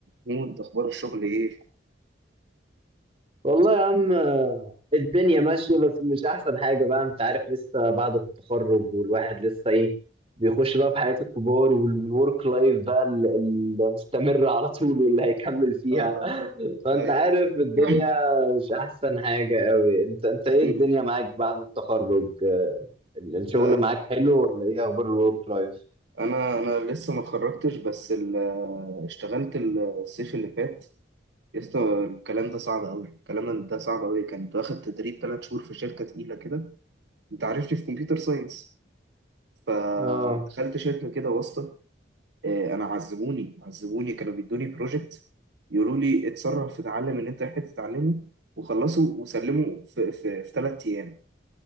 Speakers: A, on the right; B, on the right.
A: محمود اخبار الشغل ايه
B: والله يا عم آه، الدنيا ماشية بس مش أحسن حاجة بقى أنت عارف لسه بعد التخرج والواحد لسه إيه بيخش بقى في حياة الكبار والورك لايف بقى ال- المستمرة على طول واللي هيكمل فيها
A: آه.
B: <laughs> فأنت
A: هاي.
B: عارف الدنيا
A: <clears throat>
B: مش أحسن حاجة أوي أنت أنت إيه
A: مم.
B: الدنيا معاك بعد التخرج آه، ال- الشغل
A: آه.
B: معاك حلو ولا إيه أخبار الورك لايف؟
A: انا انا لسه ما اتخرجتش بس ال- آه، اشتغلت الصيف اللي فات لسه الكلام ده صعب قوي الكلام ده صعب قوي كنت واخد تدريب ثلاث شهور في شركه تقيله كده انت عارفني في كمبيوتر ساينس فدخلت
B: آه
A: شركه كده واسطه آه، انا عذبوني عذبوني كانوا بيدوني بروجكت يقولوا لي اتصرف اتعلم اللي انت محتاج تتعلمه وخلصه وسلمه في في ثلاث ايام